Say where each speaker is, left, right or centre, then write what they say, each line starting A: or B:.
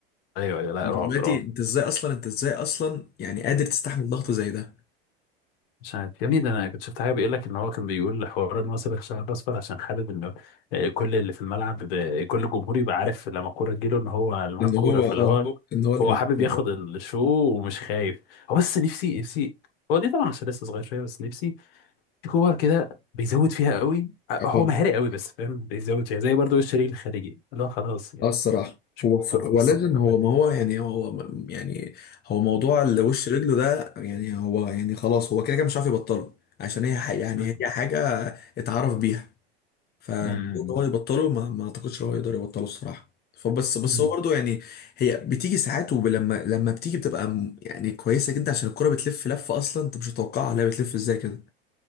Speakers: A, on the left (about 70°); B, on the left (about 30°).
A: ايوه ايوه لا
B: انت
A: رعب
B: دلوقتي
A: رعب
B: انت ازاي اصلا انت ازاي اصلا يعني قادر تستحمل ضغط زي ده
A: مش عارف يا ابني ده انا كنت شفت حاجه بيقول لك ان هو كان بيقول حوار ان هو سابق شعر اصفر عشان حابب انه آه، كل اللي في الملعب ب- كل الجمهور يبقى عارف لما الكوره تجيله ان هو اللي معاه
B: ان
A: الكوره
B: هو
A: فاللي
B: اه
A: هو مظبوط
B: ان هو اللي
A: هو
B: مقصود
A: حابب ياخد مظبوط الشو ومش خايف هو بس نفسي نفسي هو دي طبعا عشان لسه صغير شويه بس نفسي في كور كده بيزود فيها قوي آه،
B: اه
A: هو مهاري قوي بس فاهم بيزود فيها زي برضه الشريك الخارجي اللي هو خلاص يعني
B: اه الصراحه
A: مش
B: هو ف...
A: مره
B: هو
A: مش
B: لازم
A: كل مرة.
B: هو ما هو يعني هو م- يعني هو موضوع اللي وش رجله ده يعني هو يعني خلاص هو كده كده مش عارف يبطله عشان هي ح... يعني
A: مم.
B: هي حاجه اتعرف بيها فالمفروض
A: امم
B: هو يبطله ما, ما اعتقدش إن هو يقدر يبطله الصراحه فبس بس
A: مم.
B: هو برضه يعني هي بتيجي ساعات ولما لما بتيجي بتبقى م- يعني كويسه جدا عشان الكره بتلف لفه اصلا انت مش متوقعها لا بتلف ازاي كده